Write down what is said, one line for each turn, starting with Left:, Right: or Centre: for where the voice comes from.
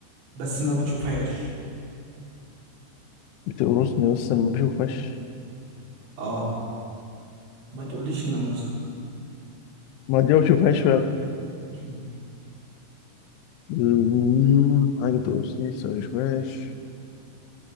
Right: بس ما بتشوفهاش
Left: بتقرصني بس ما بشوفهاش
Right: اه ما تقوليش الناموسة
Left: ما دي ما بشوفهاش فعلا
Right: <laughs>
Left: مم، حاجة بتقرصني بس ما بشوفهاش